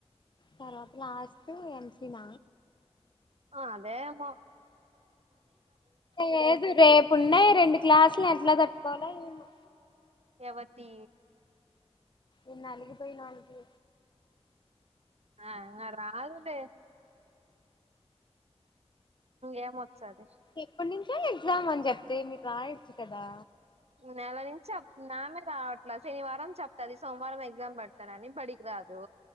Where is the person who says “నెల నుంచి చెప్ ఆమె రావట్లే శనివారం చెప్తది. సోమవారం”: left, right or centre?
Right